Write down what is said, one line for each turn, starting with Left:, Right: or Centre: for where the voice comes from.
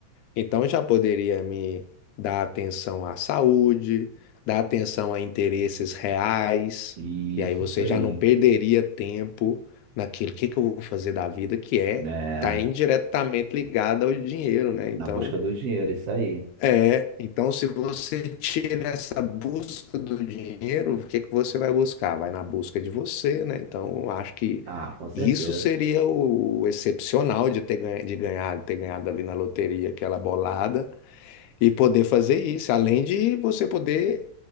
Left: Então já poderia me dar atenção à saúde, dar atenção a interesses reais,
Right: isso,
Left: e aí você
Right: isso aí,
Left: já não perderia tempo naquilo que que eu vou fazer da vida, que é
Right: né?
Left: tá indiretamente ligado ao dinheiro, né? Então,
Right: Na busca do dinheiro, isso aí.
Left: é, então se você tira essa busca do dinheiro, o que que você vai buscar? Vai na busca de você, né? Então, eu acho que
Right: Ah, com certeza.
Left: isso seria o excepcional de ter ganha- de ganhado, ter ganhado ali na loteria aquela bolada. E poder fazer isso, além de você poder